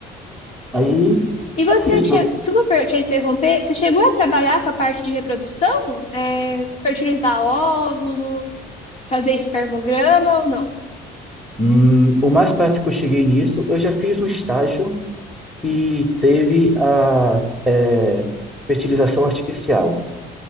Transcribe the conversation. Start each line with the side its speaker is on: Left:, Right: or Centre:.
Centre: Aí
Left: E você,
Centre: é isso,
Left: che... desculpa per- te interromper, você chegou a trabalhar com a parte de reprodução? É, fertilizar óvulo, fazer espermograma ou não?
Centre: hum, o mais perto que eu cheguei nisso, eu já fiz um estágio que teve a é, fertilização artificial,